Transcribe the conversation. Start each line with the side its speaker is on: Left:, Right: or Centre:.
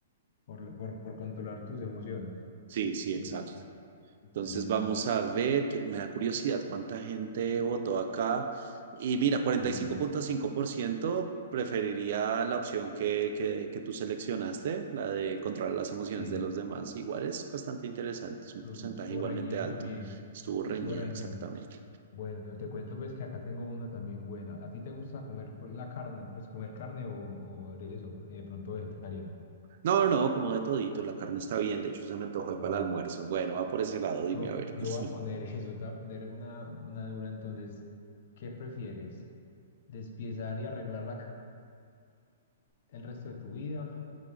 Left: Por, por, por controlar tus emociones.
Right: Sí, sí, exacto.
Left: Listo. Excelente.
Right: Entonces vamos a ver, que me da curiosidad cuánta gente
Left: bueno.
Right: votó acá. Y mira, 45.5%
Left: Cuéntame.
Right: preferiría la opción que, que, que tú seleccionaste, la de controlar las emociones
Left: Sí,
Right: de los demás. Igual es bastante interesante,
Left: estu-
Right: es un porcentaje
Left: estuvo
Right: igualmente
Left: reñido
Right: alto.
Left: también,
Right: Estuvo reñida
Left: estuvo reñido.
Right: exactamente.
Left: Bueno, te cuento pues que acá tengo una también buena. ¿A ti te gusta comer pues, la carne? Pues comer carne o, o eres eso, eh, de pronto vegetariano.
Right: No, no, como de todito, la carne está bien, de hecho se me antojó
Left: Ah,
Right: para
Left: bueno.
Right: el almuerzo. Bueno, va por ese lado, dime
Left: Te, vo-
Right: a ver.
Left: te
Right: <laughs>
Left: voy a poner <laughs> eso, te voy a poner una, una dura. Entonces, ¿qué prefieres? ¿Despiezar y arreglar la ca- el resto de tu vida